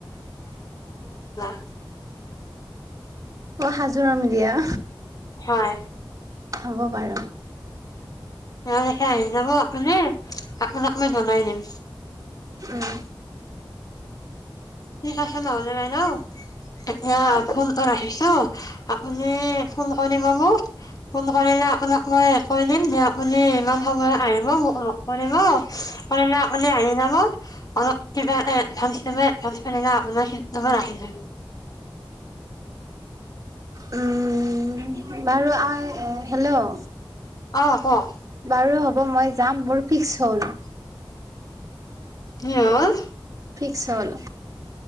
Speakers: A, on the left; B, on the right.
A: <unintelligible>
B: অ' হাজো ৰামদিয়া
A: হয়
B: হ'ব বাৰু
A: ইয়ালকে আহি যাব আপুনি। আপোনাক মই জনাই দিম।
B: উম
A: ঠিক আছে নহলে বাইদ' এতিয়া
B: হয়।
A: ফোন টো ৰাখিছোঁ আপুনি ফোন কৰিব মোক ফোন কৰিলে আপোনাক মই কৈ দিম যে আপুনি ইমান সময় আহিব মোক লগ কৰিব। কৰিলে আপুনি আহি যাব। অলপ কিবা এটা এডভাঞ্চ দিব তেতিয়া আপোনাৰ ছিটটো মই ৰাখি থৈ দিম।
B: উম বাৰু আ হেল্ল'
A: অ কওক
B: বাৰু হ'ব মই যাম। মোৰ ফিক্স হ'ল।
A: কি হ'ল
B: ফিক্স হ'ল